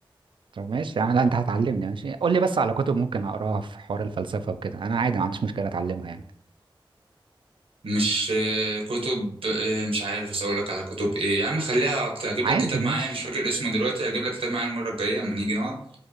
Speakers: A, on the right; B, on the right.
A: طب ماشي يعني لا انت هتعلمني ماشي قول لي بس على كتب ممكن اقراها في حوار الفلسفه وكده انا عادي ما عنديش مشكله اتعلمها يعني
B: مش اه، كتب اه، مش عارف بس اقول لك على كتب ايه يا عم خليها اكتر هجيب
A: عادي
B: لك كتاب
A: ماشي
B: معايا مش فاكر اسمه دلوقتي هجيب لك كتاب معايا المره الجايه لما نيجي نقعد